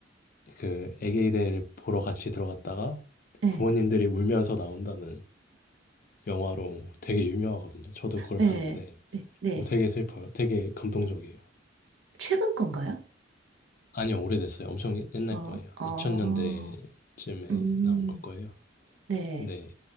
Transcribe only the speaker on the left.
그 애기들 보러 같이 들어갔다가
부모님들이 울면서 나온다는 영화로 되게 유명하거든요. 저도 그걸
봤는데
어, 되게 슬퍼요. 되게 감동적이에요.
아니요, 오래됐어요. 엄청 옛- 날
거예요.
2000년대쯤에
나온 걸 거예요.
근데